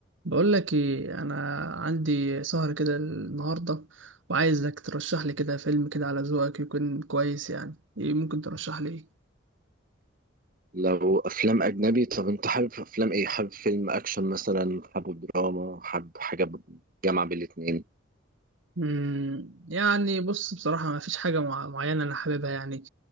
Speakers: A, on the right (about 70°); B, on the right (about 45°).
A: بقول لك ايه انا عندي سهرة كده النهارده وعايزك ترشح لي كده فيلم كده على ذوقك يكون كويس يعني ايه ممكن ترشح لي ايه
B: لو افلام اجنبي طب انت حابب افلام ايه حابب فيلم اكشن مثلا حابب دراما حابب حاجه ب- جامعه بين الاتنين
A: مم، يعني بص بصراحة ما فيش حاجة مع- معينة انا حاببها يعني